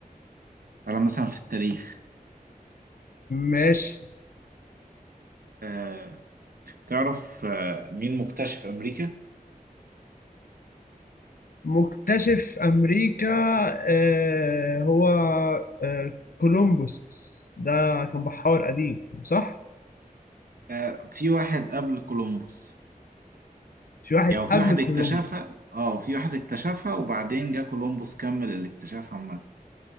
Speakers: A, on the right (about 75°); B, on the left (about 70°).
A: على مثلا في التاريخ
B: ماشي
A: آه تعرف آه مين مكتشف امريكا
B: مكتشف أمريكا آه... هو آه... كولومبوس ده كان بحار قديم صح
A: آه في واحد قبل كولومبوس
B: في واحد
A: يعني في
B: قبل
A: واحد
B: كولومبوس
A: اكتشفها اه في واحد اكتشفها وبعدين جه كولومبوس كمل الاكتشاف عامة